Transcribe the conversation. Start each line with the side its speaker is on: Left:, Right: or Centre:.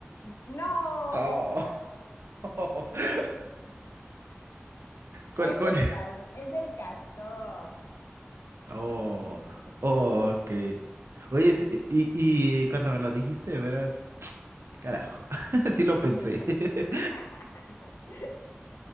Left: No,
Right: Oh. <laughs> ¿Cuál,
Left: es
Right: cuál?
Left: el, cas- es el castor.
Right: Oh, oh, ok. Oye, es- y, y cuando me lo dijiste, verás, carajo, <laughs> sí lo
Left: <laughs>
Right: pensé. <laughs>